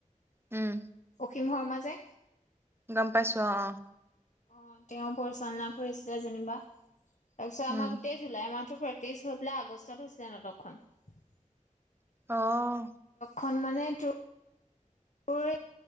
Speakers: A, on the right (about 15°); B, on the left (about 60°).
A: উম
B: কিহৰ মাজে
A: গম পাইছো অহ অহ।
B: অগ তেওঁ পৰিচালনা কৰিছিলে যেনিবা, তাৰপিছত
A: উম
B: আমাৰ গোটেই জুলাই মাহত তে্ৰইশ হৈ পেলাই আগষ্টত হৈছিলে নাটকখন <unintelligible>
A: অহ।
B: সন্মানেতো অই।